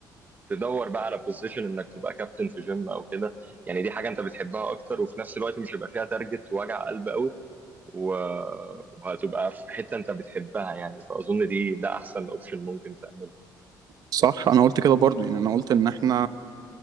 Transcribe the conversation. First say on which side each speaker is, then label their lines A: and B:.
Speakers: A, on the right (about 20°); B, on the right (about 55°).
A: وتدور بقى على بوزيشن انك تبقى كابتن في جيم او كده يعني دي حاجه انت بتحبها اكتر وفي نفس الوقت مش هيبقى فيها تارجت ووجع قلب قوي و- وهتبقى في حته انت بتحبها يعني فاظن دي ده احسن اوبشن ممكن تعمله
B: صح انا قلت كده برضو يعني انا قلت ان احنا